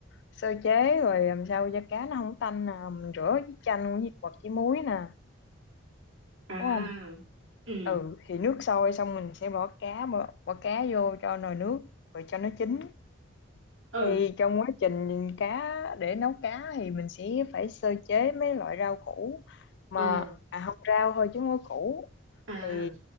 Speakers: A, on the left; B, on the right.
A: sơ chế rồi làm sao cho cá nó không tanh nè mình rửa với chanh với hoặc với muối nè
B: à
A: đúng không
B: ừ
A: ừ thì nước sôi xong mình sẽ bỏ cá bỏ, bỏ cá vô cho nồi nước rồi cho nó chín
B: ừ
A: Thì trong quá trình cá để nấu cá thì mình sẽ phải sơ chế mấy loại rau củ mà
B: ừ
A: à không rau thôi chứ không có củ
B: à
A: thì